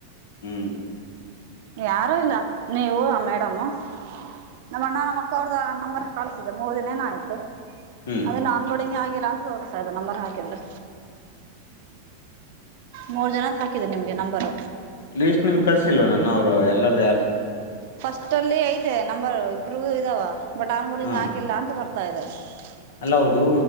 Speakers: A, on the left; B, on the right.
A: ಹ್ಮ
B: ಯಾರು ಇಲ್ಲ ನೀವು ಆ ಮೇಡಮು ನಮ್ಮ ಅಣ್ಣ ನಮ್ಮ ಅಕ್ಕ ಅವ್ರ್ದ ನಂಬರ್ ಕಳ್ಸಿದ್ದೆ ಮೂರ್ ದಿನೇನ ಆಯ್ ತು
A: ಹ್ಮ್
B: ಅದೆನೋ ಆನ್ಬೋಡಿಂಗೆ ಆಗಿಲ್ಲ ಅಂತ್ ತೋರ್ಸ್ತಾ ಇದೆ ನಂಬರ್ ಹಾಕಿದ್ರೆ? ಮೂರ್ ಜನದ್ ಹಾಕಿದೆ ನಿಮ್ಗೆ ನಂಬರ್.
A: ಲೀಸ್ಟ ನಿಮ್ಗ ಕಳ್ಸಿಲ್ವ ನಾನು ಅವರು ಎಲ್ಲರದು ಯಾರ್ದ್
B: ಫಸ್ಟ ಅಲ್ಲಿ ಐತೆ ನಂಬರ್ ಇಬ್ರುದು ಇದಾವ ಬಟ್ ಆನ್ಬೋಡಿಂಗ್
A: ಹಾ
B: ಹಾಕಿಲ್ಲ ಅಂತ ಬರ್ತ್ <unintelligible>
A: ಅಲ್ಲ ಅದು